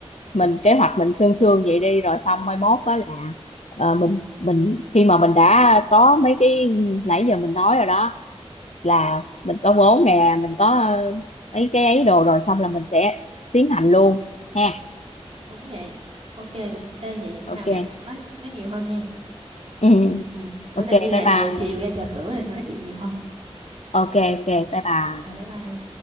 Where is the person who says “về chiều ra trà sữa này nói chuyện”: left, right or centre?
Right